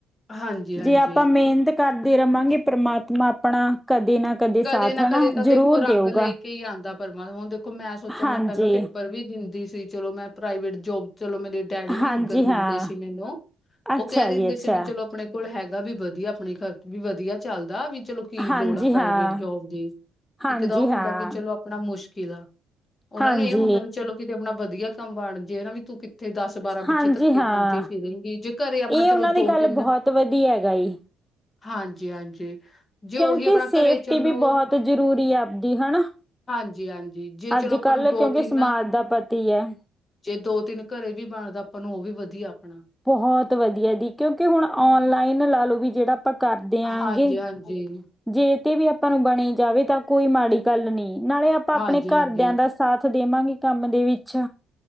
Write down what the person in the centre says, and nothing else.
ਜੇ ਆਪਾਂ ਮਿਹਨਤ ਕਾਰਦੇ ਰਵਾਂਗੇ ਪਰਮਾਤਮਾ ਆਪਣਾ ਕਦੇ ਨਾ
ਸਾਥ
ਹਨਾ
ਜ਼ਰੂਰ
ਦੇਊਗਾ
ਹਾਂਜੀ
ਹਾਂਜੀ
ਹਾਂ
ਅੱਛਾ
ਜੀ ਅੱਛਾ
ਹਾਂਜੀ
ਹਾਂ
ਹਾਂਜੀ
ਹਾਂ
ਹਾਂਜੀ
ਹਾਂਜੀ
ਹਾਂ
ਇਹ ਉਹਨਾਂ
ਦੀ
ਗੱਲ
ਬਹੁਤ ਵਧੀਆ ਗਾਈ
ਕਿਉਂਕਿ
ਸੇਫਟੀ
ਵੀ ਬਹੁਤ ਜਰੂਰੀ ਏ ਆਪਦੀ ਹਨਾ
ਅੱਜ
ਕੱਲ
ਕਿਉਂਕਿ
ਸਮਾਜ ਦਾ ਪਤੀ ਹੈ <unintelligible>
ਬਹੁਤ ਵਧੀਆ ਜੀ ਕਿਉਂਕਿ ਹੁਣ ਔਨਲਾਈਨ ਲਾ ਲਓ ਵੀ ਜੇਹੜਾ ਕਰ ਦਿਆਂਗੇ
ਜੇ ਤੇ ਵੀ ਆਪਾਂ ਨੂੰ ਬਣੀ ਜਾਵੇ ਤਾਂ ਕੋਈ ਮਾੜੀ ਗੱਲ ਨੀ ਨਾਲੇ ਆਪਾਂ
ਆਪਣੇ ਘਰਦਿਆਂ
ਦਾ ਸਾਥ ਦੇਵਾਂਗੇ ਕੰਮ ਦੇ ਵਿੱਚ